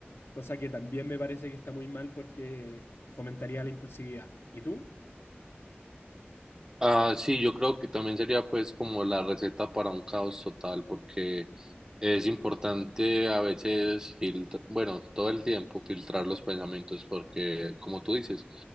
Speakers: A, on the left (about 75°); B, on the right (about 15°).
A: cosa que también me parece que está muy mal porque fomentaría la impulsividad. ¿Y tú?
B: Ah, sí, yo creo que también sería pues como la receta para un caos total, porque es importante a veces filtrar, bueno, todo el tiempo filtrar los pensamientos, porque como tú dices,